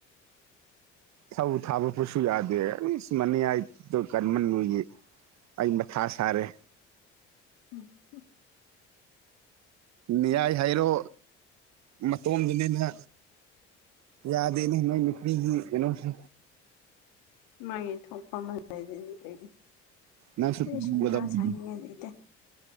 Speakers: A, on the right; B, on the left.
A: ꯊꯧ ꯊꯥꯕ ꯐꯠꯁꯨ ꯌꯥꯗꯦ ꯃꯅꯤ ꯍꯥꯏꯗꯣ ꯀꯟꯃꯟꯂꯨꯏ ꯑꯩ ꯃꯊꯥ ꯁꯥꯔꯦ
B: ꯎꯝ
A: ꯅꯤꯌꯥꯏ ꯍꯥꯏꯔꯣ ꯃꯇꯣꯝꯗꯅꯤꯅ ꯌꯥꯗꯦꯅꯦ ꯅꯣꯢ ꯅꯨꯄꯤꯒꯤ ꯀꯩꯅꯣꯁꯤ
B: ꯃꯥꯒꯤ ꯊꯣꯛꯐꯝ ꯑꯃ ꯑꯗꯨꯗꯤ ꯀꯩꯅꯤ
A: ꯅꯪꯁꯨ ꯇꯧꯒꯗꯕꯗꯨ
B: ꯏꯁꯤꯡ ꯊꯥ ꯁꯥꯥꯅꯤꯡꯉꯥꯏ ꯂꯩꯇꯦ